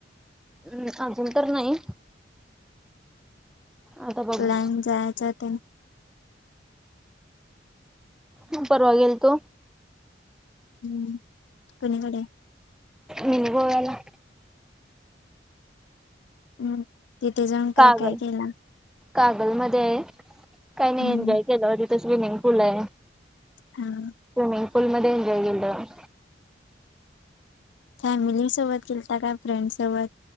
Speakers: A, in the centre; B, on the left.
A: ह् अजून तर नाही आता बघू
B: प्लॅन जायच्या ते
A: ह पर्वा गेलतो
B: हम्म कोणीकडे
A: मीन गोवाला
B: हम् तिथे जाऊन
A: कागल
B: काय काय केला
A: कागल मध्ये आहे काही नाही
B: हम्म
A: एन्जॉय केलंवर तिथे स्विमिंग पूल आहे
B: हा
A: स्विमिंग पूलमध्येध्ये एन्जॉय केलं
B: फॅमिलीसोबत गेलता काय फ्रेंडसोबत